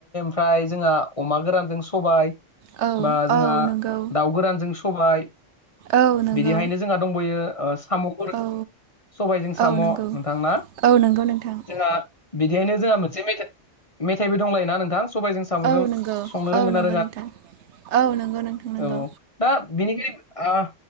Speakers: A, on the left; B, on the right.
A: फ्राय जोंहा अमा गोरानजों सबाय
B: औ
A: बा जोंहा
B: औ नंगौ
A: दाउ गोरानजों सबाय
B: औ नंगौ
A: बिदिहायनो जोंहा दंबयो साम'
B: औ
A: सबायजों साम'
B: औ नंगौ
A: नोंथां ना
B: औ नंगौ नोंथां
A: जोंहा बिदिहायनो जोंहा मोनसे मेथाइ मेथाइबो दंलायोना नोंथां सबायजों साम'जों
B: औ नंगौ
A: संनो
B: औ
A: रोंगोना
B: नंगौ नोंथां औ नंगौ नोंथां नंगौ।
A: औ दा बेनिखाय ओ